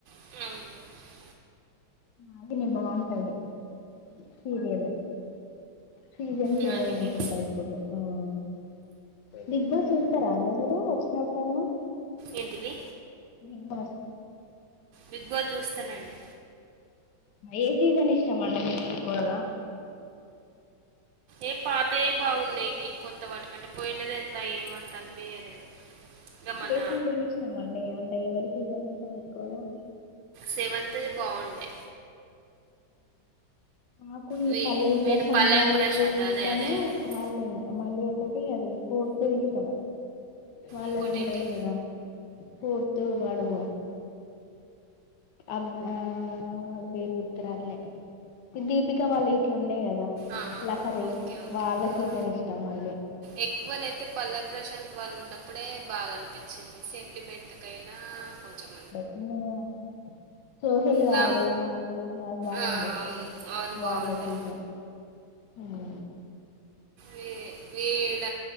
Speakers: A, on the right; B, on the left.
A: ఉ
B: నాగిని బాగుంటది సీరియలు సీజన్ సెవెన్
A: నాగిని
B: అనుకుంటా ఇప్పుడు ఆ బిగ్ బాస్ చూస్తారా అండి మీరు వచ్చినప్పుడైనా
A: ఏంటిది
B: బిగ్ బాస్
A: బిగ్ బాస్ చూస్తానండి
B: ఏ సీజన్ ఇష్టమండి మీకు ఎక్కువగా
A: ఏ పాతయ బాగున్నాయి ఈ కొత్త వాటికంటే పోయినది ఎంత ఏమ అంత అనిపించలేదు ఇక మన
B: ఏ సీజన్ ఇష్టమండి అంటే ఎవరి సీజన్ ఇష్టం ఎక్కువగా
A: సెవెంత్ ది బాగుండే
B: నాకు ఈ
A: వీ
B: పల్లవి
A: వీడు
B: ప్రశాంత్
A: పల్లవి
B: వాళ్ళది
A: ప్రశాంత్
B: ఇష్టము
A: అదే అదే అదే
B: మళ్ళీని మళ్ళీ ఒకటి అది స్ఫూర్తిది ఇష్టం వాళ్ళది
A: ఇంకోటి
B: ఉంటది
A: ఏంటి
B: కదా కూర్తు వాడు వాడు అబ్ ఆ వాడి పేరు గుర్తు రావట్లే ఈ దీపిక వాళ్ళ ఇట్లు ఉండే కదా
A: ఆ ఆ ఆ,
B: లహరి
A: ఓకే ఓకే
B: వాళ్ళ సీజన్
A: ఆ.
B: ఇష్టం మళ్ళీ
A: ఎక్కువనైతే పల్లవి ప్రశాంత్ వాళ్ళు ఉన్నప్పుడే బాగా అనిపించింది సెంటిమెంట్ కైనా కొంచెం
B: ఉ సోహిల్ గడు
A: లా
B: ఉన్నప్పుడు అది బాగుండే
A: ఆ అవును అది
B: వాళ్ళ
A: బాగుండే
B: సీజన్ ఉమ్
A: వీ వీడ